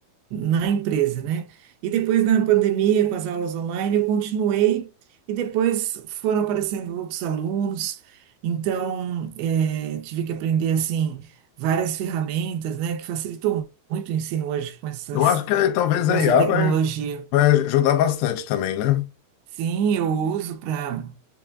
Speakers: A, on the right (about 90°); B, on the left (about 80°).
A: na empresa, né? E depois na pandemia, com as aulas online, eu continuei e depois foram aparecendo outros alunos, então eh, tive que aprender assim várias ferramentas, né, que facilitou muito o ensino hoje com essas,
B: Eu acho que é, talvez
A: com
B: a
A: essa
B: IA
A: tecnologia.
B: vai, vai ajudar bastante também, né?
A: Sim, eu uso para